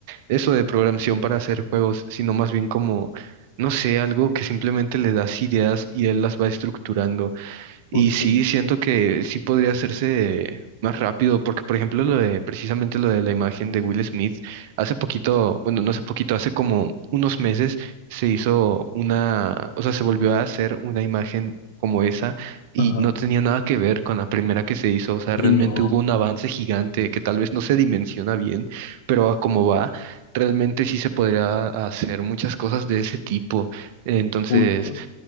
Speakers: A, on the right; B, on the left.
A: eso de programación para hacer juegos, sino más bien como, no sé, algo que simplemente le das ideas y él las va estructurando. Y
B: Justo.
A: sí, siento que sí podría hacerse más rápido, porque por ejemplo lo de, precisamente lo de la imagen de Will Smith, hace poquito, bueno, no hace poquito, hace como unos meses se hizo una, o sea, se volvió a hacer una imagen como esa y
B: Ajá.
A: no tenía nada que ver con la primera que se hizo, o sea,
B: Sí,
A: realmente
B: no,
A: hubo un avance gigante que tal vez no se dimensiona bien, pero a como va, realmente sí se podría hacer muchas cosas de ese tipo. Entonces...
B: justo.